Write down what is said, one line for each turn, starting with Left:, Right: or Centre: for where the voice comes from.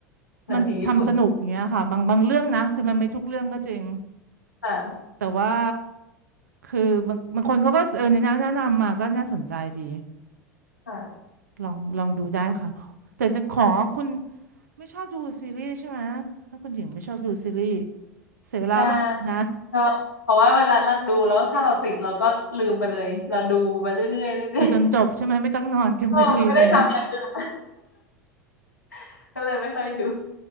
Left: หนังผีญี่ปุ่น
Right: มันทำสนุกอย่างเงี้ยค่ะบางบางเรื่องนะคือมันไม่ทุกเรื่องก็จริง
Left: ค่ะ
Right: แต่ว่าคือบางบางคนเขาก็เออแนะนำแนะนำมาก็น่าสนใจดี
Left: ค่ะ
Right: ลองลองดูได้ค่ะแต่จะขอคุณไม่ชอบดูซีรีส์ใช่ไหมถ้าคุณหญิงไม่ชอบดูซีรีส์เสียเวลาป่ะนะ
Left: ใช่ก็เพราะว่าเวลานั่งดูแล้วถ้าเราติดเราก็ลืมไปเลยเราดูไปเรื่อยๆเรื่อย
Right: ดูจนจบใช่ไหมไม่ต้องนอนกันพอดีอะไรอย่างเงี้ย
Left: ๆเออไม่ได้ทำอย่างอื่น <laughs> ก็เลยไม่ค่อยดู